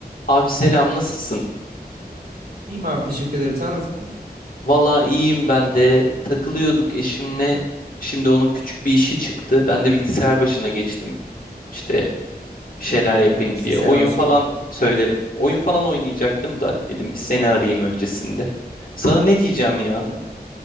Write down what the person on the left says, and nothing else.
Abi selam nasılsın?
Valla iyiyim ben de takılıyorduk eşimle. Şimdi onun küçük bir işi çıktı. Ben de bilgisayar başına geçtim. İşte bir şeyler yapayım
diye.
Oyun
falan söylerim. Oyun falan oynayacaktım da dedim bir seni arayayım öncesinde. Sana ne diyeceğim ya?